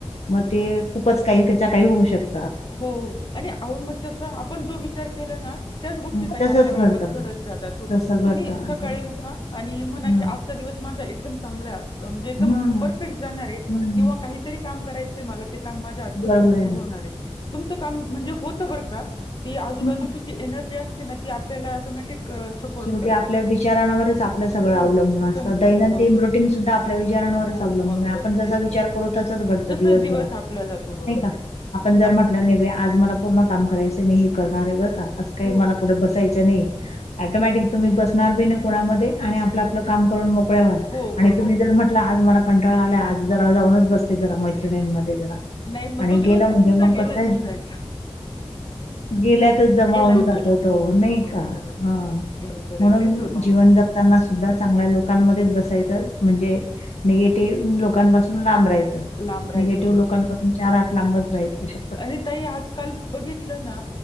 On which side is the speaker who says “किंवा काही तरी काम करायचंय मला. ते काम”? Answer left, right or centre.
Left